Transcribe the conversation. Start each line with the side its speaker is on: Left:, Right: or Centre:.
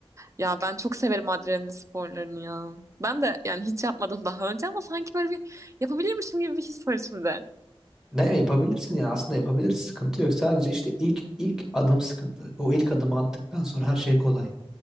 Right: Ya ben çok severim adrenalin sporlarını ya. Ben de yani hiç yapmadım daha önce ama sanki böyle bir yapabilirmişim gibi bir his var içimde.
Centre: Ne yapabilirsin ya aslında yapabiliriz. Sıkıntı yok. Sadece işte ilk ilk adım sıkıntı. O ilk adımı attıktan sonra her şey kolay.